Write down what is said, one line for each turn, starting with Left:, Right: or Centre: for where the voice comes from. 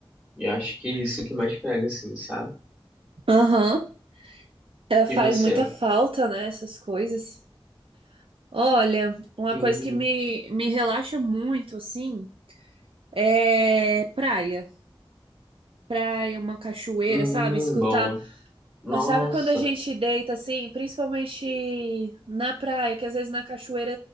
Centre: eu acho que é isso que mais pega, assim, sabe?
Right: Aham. É, faz
Centre: E você?
Right: muita falta, né, essas coisas. Olha, uma
Centre: Sim.
Right: coisa que me, me relaxa muito, assim, é praia. Praia, uma cachoeira,
Centre: Hum,
Right: sabe? Escutar
Centre: bom. Nossa.
Right: Sabe quando a gente deita assim, principalmente na praia, que às vezes na cachoeira,